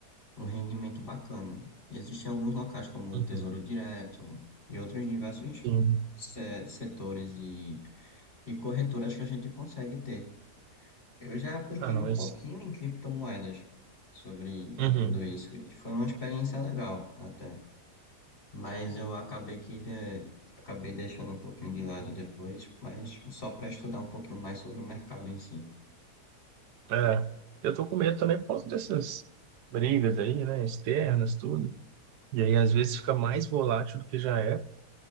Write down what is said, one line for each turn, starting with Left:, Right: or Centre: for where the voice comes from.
Left: um rendimento bacana. Existem alguns locais como
Right: Uhum.
Left: o Tesouro Direto e outros diversos
Right: Sim.
Left: se- setores e, e corretoras que a gente consegue ter. Eu já apliquei
Right: Ah, não,
Left: um
Right: mas...
Left: pouquinho em criptomoedas sobre de
Right: Uhum.
Left: tudo isso e foi uma experiência legal até, mas eu acabei que né, acabei deixando um pouquinho de lado depois, mas só para estudar um pouquinho mais sobre o mercado em si.
Right: É, eu tô com medo também por causa dessas brigas aí, né? Externas, tudo. E aí, às vezes, fica mais volátil do que já era